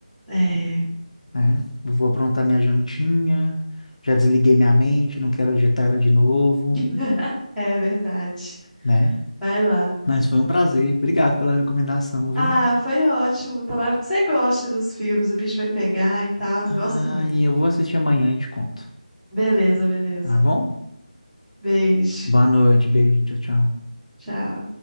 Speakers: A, in the centre; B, on the left.
A: É.
B: né? Eu Vou aprontar minha jantinha, já desliguei minha mente, não quero agitar ela de novo,
A: <laughs> É verdade.
B: né?
A: Vai lá.
B: Mas foi um prazer, obrigado pela recomendação, viu?
A: Ah, foi ótimo. Tomara que você goste dos filmes. O bicho vai pegar e tal.
B: Ah,
A: Eu gosto muito.
B: e eu vou assistir amanhã e te conto,
A: Beleza, beleza.
B: tá bom?
A: Beijo.
B: Boa noite, beijo, tchau, tchau.
A: Tchau.